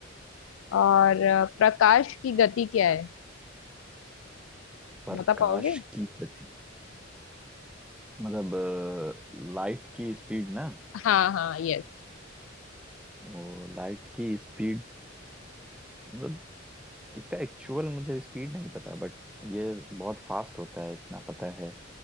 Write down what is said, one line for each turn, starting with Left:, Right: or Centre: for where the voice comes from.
Left: और अ, प्रकाश की गति क्या है
Centre: प्रकाश
Left: बता पाओगे
Centre: की गति मतलब लाइट की स्पीड ना
Left: हाँ हाँ यस
Centre: वो लाइट की स्पीड मतलब इसका एक्चुअल मुझे स्पीड नहीं पता बट ये बहुत फास्ट होता है इतना पता है